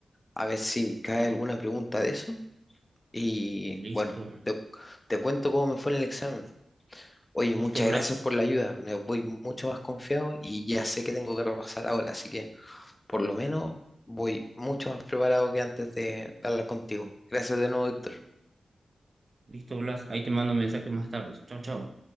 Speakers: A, on the left; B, on the right.
A: a ver si cae
B: bien,
A: alguna pregunta de eso. Y
B: listo,
A: bueno, te, te cuento cómo me fue en el examen. Oye,
B: listo
A: muchas
B: Blas,
A: gracias por la ayuda, me voy mucho más confiado y ya sé que tengo que repasar ahora, así que por lo menos voy mucho más preparado que antes de hablar contigo. Gracias de nuevo, Víctor.
B: listo Blas, ahí te mando un mensaje más tarde, chao, chao.